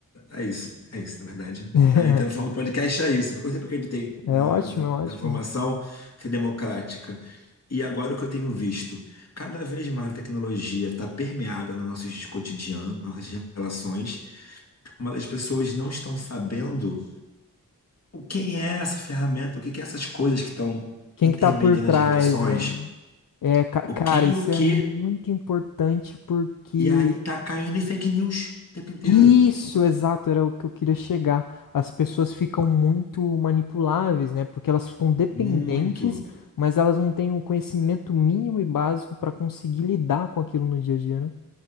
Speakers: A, on the left; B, on the left.
A: é é isso, é isso, na verdade.
B: <laughs>
A: A intenção do podcast é isso, porque eu sempre acreditei
B: É
A: na,
B: ótimo,
A: na,
B: é ótimo.
A: na formação democrática. E agora o que eu tenho visto, cada vez mais a tecnologia está permeada no nosso cotidiano, nossas relações, mas as pessoas não estão sabendo o quem é essa ferramenta, o que que é essas coisas que estão
B: Quem
A: intermediando
B: que tá por trás,
A: as relações,
B: né? É, ca-
A: o
B: cara,
A: quem
B: isso
A: e o que,
B: é muito importante porque
A: e aí tá caindo em fake news o tempo inteiro.
B: Isso, exato, era o que eu queria chegar. As pessoas ficam muito manipuláveis, né? Porque elas ficam dependentes,
A: Muito.
B: mas elas não têm o conhecimento mínimo e básico para conseguir lidar com aquilo no dia a dia, né?